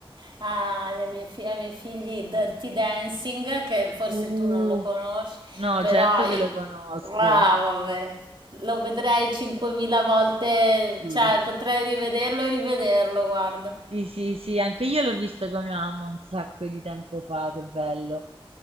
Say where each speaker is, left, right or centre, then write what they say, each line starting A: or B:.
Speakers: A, on the right; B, on the right.
A: alle mie fi- ai miei figli Dirty Dancing, che forse
B: Uh,
A: tu non lo conosci,
B: no,
A: però
B: certo
A: io-
B: che lo conosco.
A: ah, vabbè, lo vedrei 5.000 volte,
B: Sì,
A: cioè potrei rivederlo e rivederlo, guarda.
B: sì, sì, sì, anche io l'ho visto con mia mamma un sacco di tempo fa, che bello.